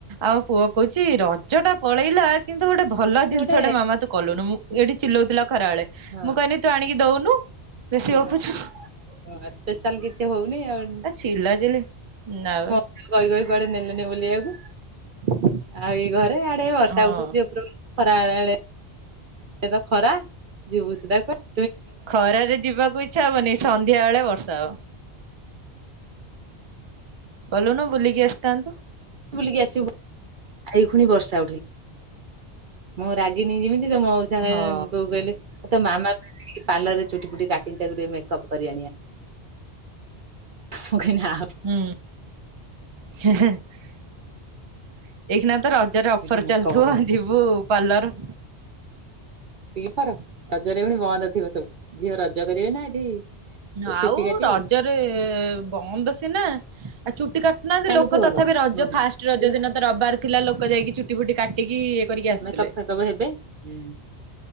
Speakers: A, on the right (about 40°); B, on the right (about 55°).
A: ଆମ ପୁଅ ପା କହୁଛି ରଜ ଟା ପଳେଇଲା କିନ୍ତୁ ଗୋଟେ ଭଲ
B: କିଛି
A: ଜିନିଷଟେ
B: ଗୋଟେ
A: ମାମା ତୁ କଲୁନୁ ମୁଁ ଏଇଠି ଚିଲଉଥିଲା ଖରାବେେଳେ
B: ହଁ
A: ମୁଁ କହିଲି ତୁ ଆଣିକି ଦଉନୁ। ବେଶୀ
B: ହୁଁ
A: ଗପୁଛୁ
B: ହ ଆ ସ୍ପେଶାଲ କିଛି ହଉନେଇ ଆଉ
A: ଆ ଚିଲା ଚିଲି ନା ବା
B: କହିକହି କୁଆଡ଼େ ନେଲେଣିି ବୁଲେଇବାକୁ ଆଉ ଏଇ ଘରେ ଆ ଏ ବର୍ଷା
A: ହଁ
B: ଉଠଉଛି ଉପର ବେଳି ଖରା ଳେ ବେଳେ ତ ଖରା ଯିବୁ ସୁଧା କୁଆଡ଼େ?
A: ଖରାରେ ଯିବାକୁ ଇଚ୍ଛା ହବନି ସନ୍ଧ୍ୟା ବେଳେ ବର୍ଷା ହବ। ଗଲୁନୁ ବୁଲିକି ଆସିଥାନ୍ତୁ।
B: ବୁଲିକି ଆସିବୁ ଏଇ ଖୁଣି ବର୍ଷା ଉଠେଇ ମୁଁ ରାଗିନୀ ଯେମିତି ତମ ଉସ <unintelligible>
A: ହଁ
B: ବୋଉ କହିଲେ ତୋ ମାମା କୁ ଟିକେ ପାର୍ଲର ରେ ଚୁଟି ଫୁଟି କାଟିକି ତାକୁ ଟିକେ ମେକଅପ୍ କରି ଆଣିଆ। ମୁଁ <unintelligible>
A: ହୁଁ ହେଁ ହେଁ ଏଇଖିନା ତ ରଜରେ ଅଫର୍
B: ଏଠି ମେକଅପ୍
A: ଚାଲିଥିବ
B: କରୁଛି
A: ଯିବୁ ପାର୍ଲର
B: ପି ଫର ରଜରେ ପୁଣି ବନ୍ଦ ଥିବ ସବୁ ଝିଅ ରଜ କରିବେ ନା ଏଠି
A: ଆଉ
B: ଚୁଟି କାଟିବେ
A: ରଜରେ ବନ୍ଦ ସିନା ଆଉ ଚୁଟି କାଟୁନାହାନ୍ତି
B: ଚାଲୁଥିବ
A: ଲୋକ
B: ଭଲ
A: ତଥାପି ରଜ
B: ହୁଁ
A: ଫାଷ୍ଟ ରଜ ଦିନ ତ ରବବାର ଥିଲା ଲୋକ ଯାଇକି ଚୁ ଟି ଫୁଟି କାଟିକି ଇଏ କରିକି ଆସୁଥିଲେ।
B: ମେକଅପ୍ ଫେକଅପ୍ ହେବେ ହୁଁ।